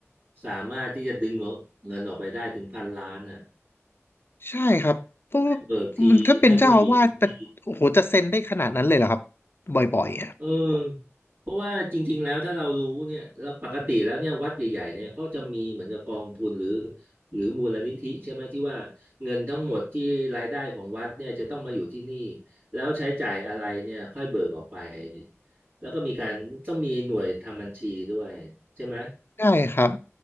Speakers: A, on the right (about 45°); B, on the left (about 50°).
A: สามารถที่จะดึงเงินออกไปได้ถึงพันล้านอ่ะ
B: ใช่ครับเพราะว่า
A: เบิกทีให้ผู้หญิงที
B: มันถ้าเป็นเจ้าอาวาสจะโอ้โหจะเซ็นได้ขนาดนั้นเลยเหรอครับบ่อยๆอ่ะ
A: เออเพราะว่าจริงๆแล้วถ้าเรารู้เนี่ยเราปกติแล้วเนี่ยวัดใหญ่ๆเนี่ยเขาจะมีเหมือนกับกองทุนหรือหรือมูลนิธิใช่ไหมที่ว่าเงินทั้งหมดที่รายได้ของวัดเนี่ยจะต้องมาอยู่ที่นี่แล้วใช้จ่ายอะไรเนี่ยค่อยเบิกออกไปแล้วก็มีการต้องมีหน่วยทำบัญชีด้วยใช่ไหม
B: ได้ครับ